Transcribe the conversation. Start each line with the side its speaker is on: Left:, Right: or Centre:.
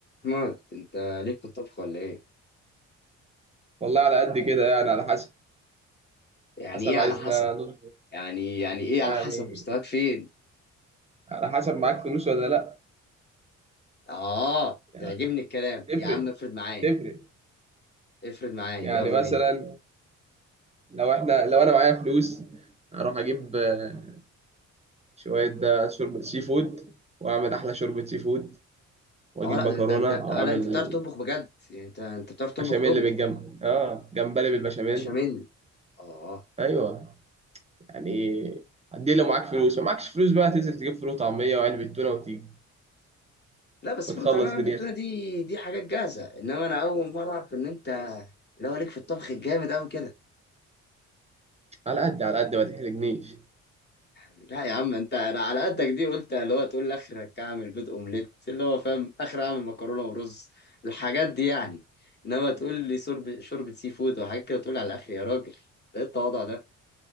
Left: مات انت ليك في الطبخ ولا ايه
Right: والله على قد كده يعني على حسب
Left: يعني
Right: حسب
Left: ايه على
Right: عايزنا
Left: حسب
Right: نظبط
Left: يعني يعني ايه
Right: يعني
Left: على حسب مستواك فين
Right: على حسب معاك فلوس ولا لا
Left: اه
Right: يعني
Left: تعجبني الكلام
Right: تفرق
Left: يا عم افرد معايا
Right: تفرق
Left: افرد معايا
Right: يعني
Left: يلا
Right: مثلا
Left: بينا
Right: لو احنا لو انا معايا فلوس اروح اجيب آه، شوية ده شوربة سي فود واعمل احلى شوربة سي فود واجيب
Left: اه لا
Right: مكرونة
Left: ده, ده انت اه
Right: واعمل
Left: لا انت بتعرف تطبخ بجد يعني انت انت بتعرف تطبخ
Right: بشاميل
Left: طبخ
Right: بالجنب اه جمبري بالبشاميل
Left: باشا مني اه
Right: ايوه يعني هدي لو معاك فلوس ما معكش فلوس بقى تنزل تجيب فول وطعمية وعلبة تونة وتيجي
Left: لا بس
Right: وتخلص
Left: فول وطعميه
Right: دنيتك
Left: بالتونه دي دي حاجات جاهزه انما انا اول مره اعرف ان انت لو ليك في الطبخ الجامد قوي كده
Right: على قد على قد ما تحرجنيش
Left: لا يا عم انت انا على قدك دي قلت اللي هو تقول لي اخرك اعمل بيض اومليت اللي هو فاهم اخر اعمل مكرونه ورز الحاجات دي يعني انما تقول لي شرب شوربه سي فود وحاجات كده تقول لي على الاخر يا راجل ايه التواضع ده